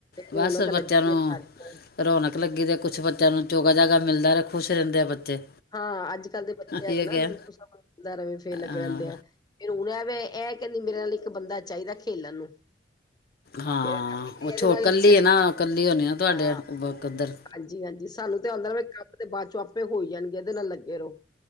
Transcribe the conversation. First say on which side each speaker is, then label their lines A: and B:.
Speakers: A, on the left; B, on the left.
A: ਬਸ
B: ਰੌਣਕ
A: ਬੱਚਿਆਂ
B: ਲੱਗੀ
A: ਨੂੰ
B: ਘਰ ਚ
A: ਰੌਣਕ ਲੱਗੀ, ਦੇ ਕੁਛ ਬੱਚਿਆਂ ਨੂੰ ਚੋਗਾ ਜਾਗਾ ਮਿਲਦਾ ਰਹੇ ਖੁਸ਼ ਰਹਿੰਦੇ ਆ ਬੱਚੇ
B: ਹਾਂ ਅੱਜ ਕੱਲ੍ਹ ਦੇ ਬੱਚੇ ਆਂ
A: ਇਹ
B: ਨਾ
A: ਕਿਹਾ
B: ਕੁਛ ਦਾ ਰਵੇਂ ਫੇਰ ਲੱਗੇ
A: ਹਾਂ
B: ਰਹਦੇ ਆ ਫਿਰ ਉਹਨ ਇਹ ਕਹਿੰਦੀ ਮੇਰੇ ਨਾਲ ਇੱਕ ਬੰਦਾ ਚਾਹੀਦਾ ਖੇਲਣ ਨੂੰ
A: ਹਾਂ
B: ਫੇਰ ਅਸੀਂ
A: ਉਹ
B: ਇਹਦੇ ਨਾਲ
A: ਕੱਲੀ
B: ਹੀ ਲੱਗੇ
A: ਆ ਨਾ ਕੱਲੀ ਹੋਣੀ ਨਾ ਤੁਹਾਡੇ
B: ਹਾਂ
A: ਉਧਰ
B: ਹਾਂਜੀ- ਹਾਂਜੀ ਸਾਨੂੰ ਤੇ ਆਉਂਦਾ ਨਾ ਕੰਮ ਦੇ ਬਾਅਦ ਚੋਂ ਆਪੇ ਹੋ ਹੀ ਜਾਣਗੇ ਇਹਦੇ ਨਾਲ ਲੱਗੇ ਰਹੋ